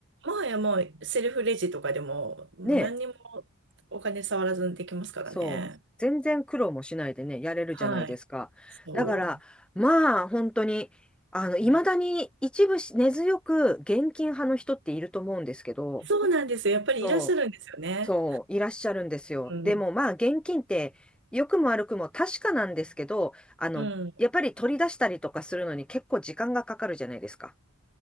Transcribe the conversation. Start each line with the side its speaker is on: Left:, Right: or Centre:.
Right: もはやもう、セルフレジとかでも、もう何にも
Centre: ね、
Right: お金触らずにできますからね。
Centre: そう。全然苦労もしないでね、やれるじゃないですか。
Right: はい。そ
Centre: だから、まあ、本当に、あの、いまだに一部し根強く現金派の人っていると思うんですけど、
Right: う。そうなんですよ。やっぱりいらっしゃるんですよね。
Centre: そう、そう、いらっしゃるんですよ。
Right: うん。
Centre: でも、まあ、現金って、良くも悪くも確かなんですけど、あの、
Right: うん。
Centre: やっぱり取り出したりとかするのに結構時間がかかるじゃないですか。